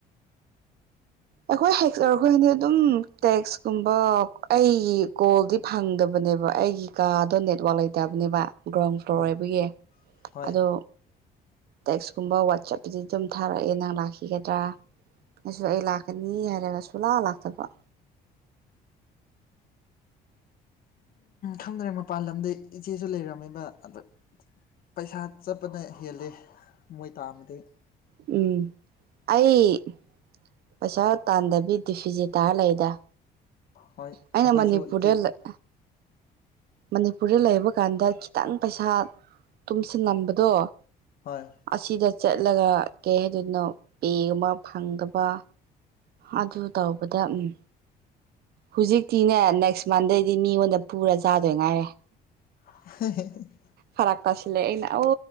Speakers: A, on the right; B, on the left.
A: ꯑꯩꯈꯣꯏ ꯍꯦꯛꯁꯔ ꯑꯈꯣꯏ ꯍꯥꯏꯗꯤ ꯑꯗꯨꯝ ꯇꯦꯛꯁꯀꯨꯝꯕ ꯑꯩꯒꯤ ꯀꯣꯜꯗꯤ꯫ ꯐꯪꯗꯕꯅꯦꯕ ꯑꯩꯒꯤ ꯀꯥꯗꯣ ꯅꯦꯠꯋꯥꯛ ꯂꯩꯇꯕꯅꯦꯕ꯫ ꯒ꯭ꯔꯥꯎꯟ ꯐ꯭ꯂꯣꯔ
B: ꯍꯣꯏ
A: ꯑꯣꯏꯕꯒꯤ
B: ꯍꯣꯏ
A: ꯑꯗꯣ ꯇꯦꯛꯁꯀꯨꯝꯕ ꯋꯥꯆꯞꯇꯗꯤ ꯑꯗꯨꯝ ꯊꯥꯔꯛꯑꯦ ꯅꯪ ꯂꯥꯛꯈꯤꯒꯗ꯭ꯔꯥ ꯑꯩꯁꯨ ꯑꯩ ꯂꯥꯛꯀꯅꯤ ꯍꯥꯏꯔꯒ ꯁꯨꯂꯥꯛ ꯂꯥꯛꯇꯕ꯫
B: ꯈꯪꯗ꯭ꯔꯦ ꯃꯄꯥꯟ ꯂꯝꯗꯩ ꯏꯆꯦꯁꯨ ꯂꯩꯔꯝꯃꯤꯕ ꯑꯗ ꯄꯩꯁꯥ ꯆꯠꯄꯅ ꯍꯦꯜꯂꯤ ꯃꯣꯏ ꯇꯥꯟꯅꯕꯗꯩꯩꯗꯤ꯫
A: ꯎꯝ ꯑꯩ ꯄꯩꯁꯥ ꯇꯥꯟꯗꯕꯤꯗꯤ ꯗꯤꯐꯤꯖꯦ ꯇꯥꯔ ꯂꯩꯗ꯫
B: ꯍꯣꯏ
A: ꯑꯩꯅ
B: ꯑꯩꯈꯣꯏꯁꯨ
A: ꯃꯅꯤꯄꯨꯔꯗꯂꯩ
B: ꯏꯆꯦꯅ
A: ꯃꯅꯤꯄꯨꯔꯗ ꯂꯩꯕ ꯀꯥꯟꯗ ꯈꯤꯇꯪ ꯄꯩꯁꯥ ꯇꯨꯝꯁꯤꯟꯂꯝꯕꯗꯣ
B: ꯍꯣꯏ
A: ꯑꯁꯤꯗ ꯆꯠꯂꯒ ꯀꯩ ꯍꯥꯏꯗꯣꯏꯅꯣ ꯄꯦ ꯑꯃꯣꯛ ꯐꯪꯗꯕ ꯑꯗꯨ ꯇꯧꯕꯗ ꯎꯝ ꯍꯧꯨꯖꯤꯛꯇꯤꯅꯦ ꯅꯦꯛꯁ ꯃꯟꯗꯩꯗꯤ ꯃꯤꯉꯣꯟꯗ ꯄꯨꯔ ꯆꯥꯗꯣꯏ ꯉꯥꯏꯔꯦ꯫
B: <unintelligible>
A: ꯐꯔꯛꯄꯁꯤꯂꯦ ꯑꯩꯅ ꯑꯣ